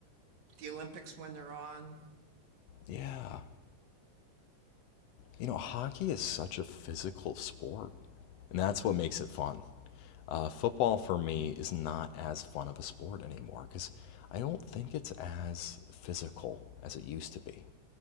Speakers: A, on the right; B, on the left.
A: the Olympics when they're on.
B: yeah. You know, hockey is such a physical sport, and that's what makes it fun. Uh, football for me is not as fun of a sport anymore because I don't think it's as physical as it used to be.